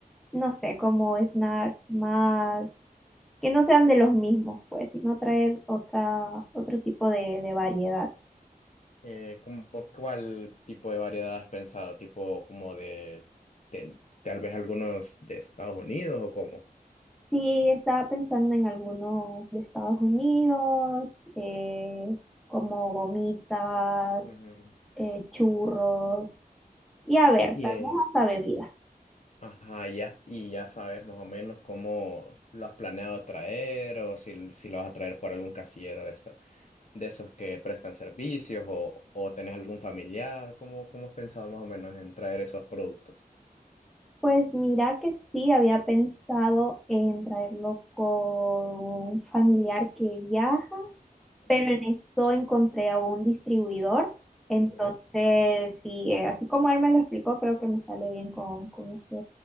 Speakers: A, in the centre; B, on the left.
A: no sé, como snacks más, que no sean de los mismos, pues, sino traer otra, otro tipo de, de variedad.
B: Eh, ¿cómo cuál tipo de variedad has pensado? ¿Tipo como de, de- tal vez algunos de Estados Unidos o cómo?
A: Sí, estaba pensando en algunos de Estados Unidos, eh, como gomitas,
B: Ujú.
A: eh, churros, y a ver,
B: Y,
A: tal
B: eh,
A: vez hasta bebidas.
B: ajá, y ya, y ya sabes más o menos cómo lo has planeado traer o si, si lo vas a traer por algún casillero de, esta- de esos que prestan servicios o, o tenés algún familiar. ¿Cómo, cómo has pensado más o menos en traer esos productos?
A: Pues mira que sí, había pensado en traerlo con un familiar que viaja
B: Ujú,
A: pero en eso encontré a un distribuidor. Entonces,
B: ujú.
A: sí, eh, así como él me lo explicó, creo que me sale bien con, con ese